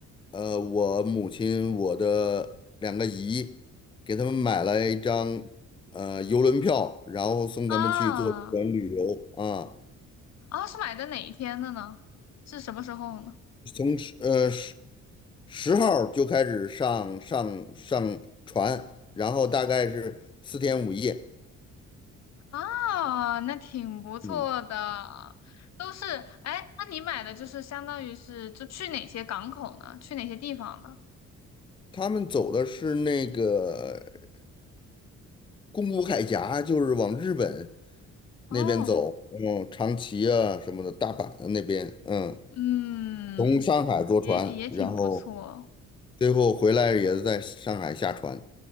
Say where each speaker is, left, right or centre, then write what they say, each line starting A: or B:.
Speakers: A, on the left (about 15°); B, on the left (about 60°).
A: 呃我母亲我的两个姨给他们买了一张呃游轮票，然后送他们去做游轮旅游啊，
B: 啊啊，是买的哪一天的呢？是什么时候呢？
A: 从呃十号就开始上上上船，然后大概是四天五夜。
B: 啊，那挺不错的，
A: 嗯，
B: 都是，哎，那你买的就是相当于是就去哪些港口呢？去哪些地方呢？
A: 他们走的是那个宫古海峡，就是往日本
B: 哦。
A: 那边走，嗯，长崎啊什么的，大阪啊那边，嗯，
B: 嗯，
A: 从上海坐船，
B: 也也挺不错。
A: 然后最后回来也是在上海下船。